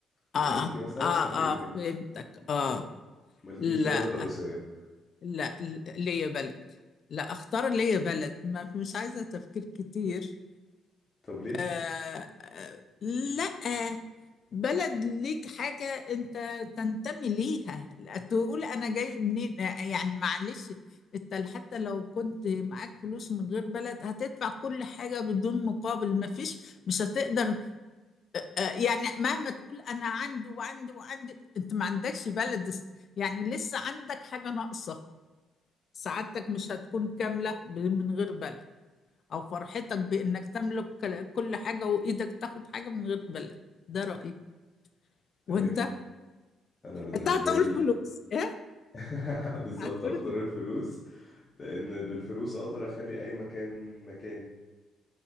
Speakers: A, on the left; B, on the left.
A: يعني
B: اه
A: انتي مثلا
B: اه
A: هتبقي م-
B: اه فهمتك اه
A: م- مالكيش
B: لا
A: بلد رئيسية
B: لا ليا بلد لا اختار ليا بلد ما مش عايزة تفكير كتير
A: طب ليه
B: آه آه لا بلد ليك حاجة انت تنتمي ليها لا تقول انا جاي منين آه، يعني معلش انت حتى لو كنت معاك فلوس من غير بلد هتدفع كل حاجة بدون مقابل ما فيش مش هتقدر آه، يعني مهما تقول انا عندي وعندي وعندي انت ما عندكش بلد اس- يعني لسه عندك حاجة ناقصة سعادتك مش هتكون كاملة ب- من غير بلد او فرحتك بانك تملك كل كل حاجة وايدك تاخد حاجة من غير بلد ده رأيي وانت
A: تمام انا بالنسبة
B: انت هتقول
A: لي
B: فلوس ايه
A: <laughs> بالظبط
B: هتقول
A: هختار الفلوس لان بالفلوس اقدر اخلي اي مكان مكاني